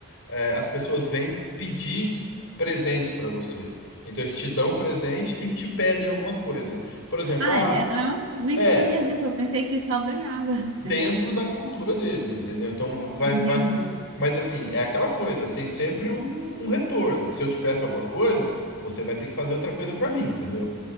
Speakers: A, on the left; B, on the right.
A: é, as pessoas vêm pedir presentes para você. Então eles te dão um presente e te pedem alguma coisa. Por exemplo,
B: Ah,
A: ah,
B: é? Ah, nem
A: é
B: sabia disso. Eu pensei que só ganhava. <laughs>
A: dentro da cultura deles, entendeu? Então vai,
B: Entendi.
A: vai. Mas assim, é aquela coisa, tem sempre um, um retorno. Se eu te peço alguma coisa, você vai ter que fazer outra coisa para mim, entendeu?